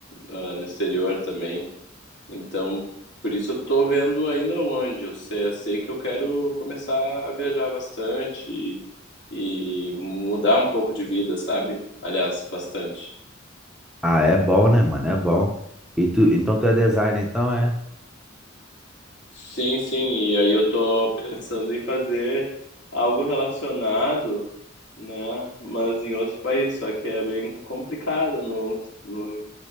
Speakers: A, on the left; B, in the centre.
A: ah, no exterior também. Então, por isso eu tô vendo ainda onde. Eu sei, eu sei que eu quero começar a viajar bastante e, e mudar um pouco de vida, sabe? Aliás, bastante.
B: Ah, é bom, né, mano? É bom. E tu, então tu é designer, então é?
A: Sim, sim, e aí eu tô pensando em fazer algo relacionado, né? Mas em outro país, só que é bem complicado no, no